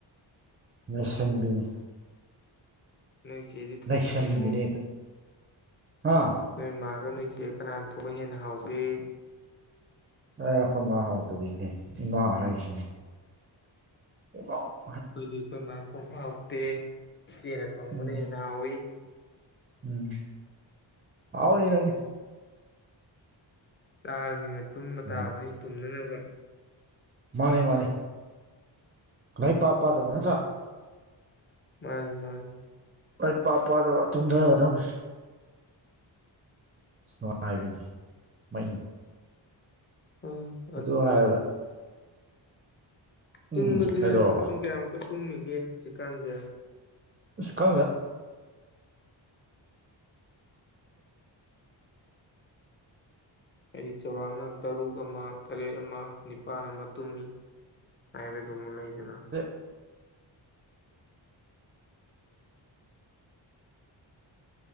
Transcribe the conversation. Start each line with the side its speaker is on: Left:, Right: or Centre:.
Right: ꯂꯣꯏꯁꯟꯕꯤꯅꯦ
Left: ꯑꯣ ꯅꯣꯏ ꯆꯦꯗꯤ ꯊꯣꯡꯗ꯭ꯔꯕꯣ
Right: ꯂꯩꯁꯟꯕꯤꯅꯦ ꯑꯥ
Left: ꯍꯣꯏ ꯏ ꯃꯥꯒ ꯅꯣꯏ ꯏꯆꯦ ꯀꯅꯥꯅ ꯊꯣꯛꯄ ꯍꯦꯟꯅ ꯍꯥꯎꯒꯦ
Right: ꯑꯦ ꯑꯩꯈꯣꯏ ꯃꯥ ꯍꯥꯎꯇꯔꯤꯒꯦ ꯏꯃꯥ ꯍꯥꯏꯁꯦ ꯏ <unintelligible>
Left: ꯑꯩꯈꯣꯏꯗꯤ ꯑꯩꯈꯣꯏ ꯏ ꯃꯥꯅ ꯊꯣꯡꯕ ꯍꯥꯎꯇꯦ ꯏꯆꯦꯅ ꯊꯣꯡꯕꯅ
Right: ꯎꯝ
Left: ꯍꯦꯟꯅ ꯍꯥꯎꯋꯤ
Right: ꯎꯝ ꯐꯥꯎ ꯂꯩ ꯅꯪ
Left: ꯇꯥꯔꯕꯅꯤꯅ ꯇꯨꯝꯕ
Right: ꯎꯝ
Left: ꯇꯥꯕꯅꯤ ꯇꯨꯝꯅꯅꯕ
Right: ꯃꯥꯅꯤ ꯃꯥꯅꯤ ꯅꯣꯏ ꯄꯥ ꯄꯥꯗꯕ ꯅꯠꯇ꯭ꯔ
Left: ꯃꯥꯜꯃꯥꯟ
Right: ꯃ ꯄꯥꯛ ꯄꯗ ꯃꯇꯨꯡꯗ ꯑꯗꯨꯝ ꯏꯁꯅꯣꯉꯥꯏꯕꯤꯅꯤ ꯃꯩꯅꯤ
Left: ꯎꯝ
Right: ꯑꯗꯨ ꯍꯥꯏꯔꯒ ꯎꯝ
Left: ꯇꯨꯝꯕꯁꯦ
Right: ꯀꯩꯗꯧꯔꯕ
Left: ꯄꯨꯡ ꯀꯌꯥꯃꯨꯛꯀ ꯇꯨꯝꯃꯤꯒꯦ ꯍꯧꯖꯤꯛꯀꯥꯟꯁꯦ
Right: ꯁꯀꯥꯎꯝ ꯌꯥ
Left: ꯑꯩꯗꯤ ꯆꯥꯎꯧꯔꯥꯛꯅ ꯇꯔꯨꯛ ꯑꯃ ꯇꯔꯦꯠ ꯑꯃ ꯅꯤꯄꯥꯜ ꯑꯃ ꯇꯨꯝꯃꯤ ꯍꯥꯏꯥꯏꯕꯦꯒꯃ ꯂꯩꯗꯅ
Right: ꯍ